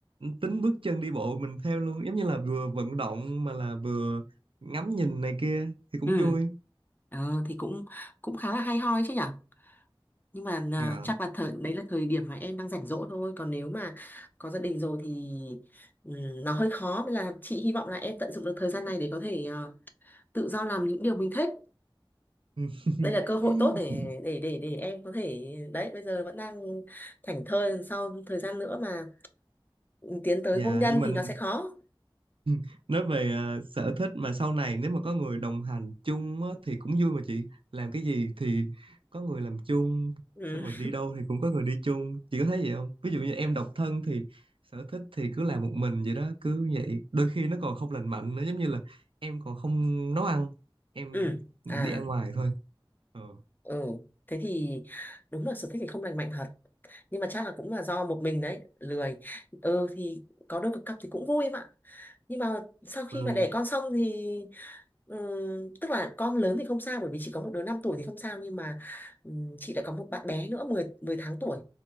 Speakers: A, on the right (about 75°); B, on the left (about 20°).
A: tính bước chân đi bộ mình theo luôn giống như là vừa vận động mà là vừa ngắm nhìn này kia thì cũng
B: ừ
A: vui
B: ờ thì cũng cũng khá là hay ho ấy chứ nhở nhưng mà à,
A: dạ
B: chắc là thời đấy là thời điểm mà em đang rảnh rỗi thôi còn nếu mà có gia đình rồi thì ừm, nó hơi khó nên là chị hy vọng là em tận dụng được thời gian này để có thể à, tự do làm những điều mình thích
A: <laughs>
B: đây là cơ hội tốt để để để để em có thể đấy bây giờ vẫn đang thảnh thơi sau thời gian nữa mà tiến tới
A: dạ
B: hôn nhân
A: nhưng mình
B: thì nó sẽ khó
A: <laughs> nói về ờ, sở thích mà sau này nếu mà có người đồng hành chung á, thì cũng vui mà chị làm cái gì thì có người làm chung
B: ừ
A: xong rồi đi đâu thì cũng có người đi chung chị có thấy vậy không ví dụ như em độc thân thì sở thích thì cứ làm một mình vậy đó cứ vậy đôi khi nó còn không lành mạnh nữa giống như là em còn không nấu ăn em
B: ừ à
A: đi ăn ngoài thôi Ờ.
B: ừ thế thì đúng là sở thích thì không lành mạnh thật nhưng mà chắc là cũng là do một mình đấy lười ừ thì có đôi cặp thì cũng vui em ạ nhưng mà sau khi
A: Vâng,
B: mà đẻ con xong thì ừm, tức là con lớn thì không sao bởi vì chị có một đứa 5 tuổi thì không sao nhưng mà ừm, chị đã có một bạn bé nữa 10 10 tháng tuổi